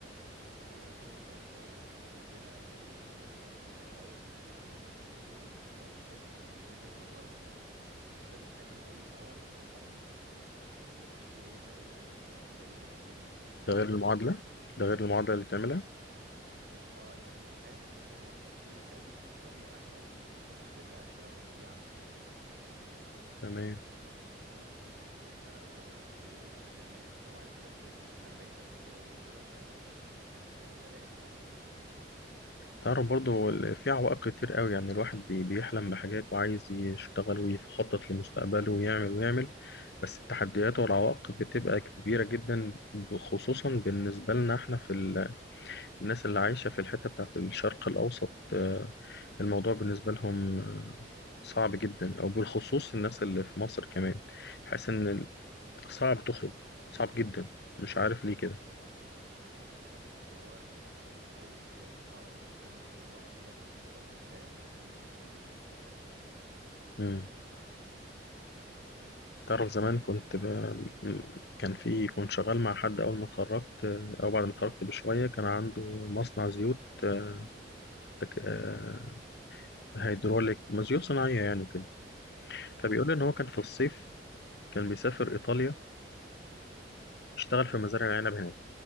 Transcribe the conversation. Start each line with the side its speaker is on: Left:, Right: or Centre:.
Right: خلينا نكون واقعيين شوية يعني عندنا السفر دي انت هيرجعوك سنة ونص كمان تدرس هناك بحيث يعني من وجهة نظرهم يعني انت بتكمل اي نواقص كانت عندك بحيث ما يبقاش في اي فرق بينك وبين الخريج الامريكي الامريكي
Left: ده غير المعادلة
Right: يعني
Left: ده غير المعادلة اللي تعملها
Right: اه يعني هو في امتحان تمام عشان يخليك اصلا مؤهل انك تخش ترجع السنة ونص دي عنده
Left: تمام
Right: او السنة او سنة ونص وتبقى ترمات وطبعا الترم ب 40000 دولار وكده ف يعني بلاش يعني انت فاهمني
Left: تعرف برضه هو ال- في عوائق كتير قوي يعني الواحد بي... بيحلم بحاجات وعايز يشتغل ويخطط لمستقبله ويعمل ويعمل بس التحديات والعوائق بتبقى كبيرة جدا خصوصا بالنسبة لنا احنا في ال... الناس اللي عايشة في الحتة بتاعت الشرق الأوسط آه، الموضوع بالنسبة لهم آه، صعب جدا أو بالخصوص الناس اللي في مصر كمان حاسس إن ال- صعب تخرج صعب جدا مش عارف ليه كده
Right: صح ما هو ال... هي مش صعبة هو فكرة الناس اللي بره اكتفت حصل اكتفاء المصريين 100 مليون
Left: مم.
Right: انت فاهمني؟
Left: تعرف زمان كنت ب... م- كان في كنت شغال مع حد أول ما اتخرجت آه، أو بعد ما اتخرجت بشوية كان عنده مصنع زيوت آه، تك- آه، هيدروليك ما زيوت صناعية يعني وكده
Right: مهم.
Left: فبيقول لي إن هو كان في الصيف كان بيسافر إيطاليا يشتغل في مزارع العنب هناك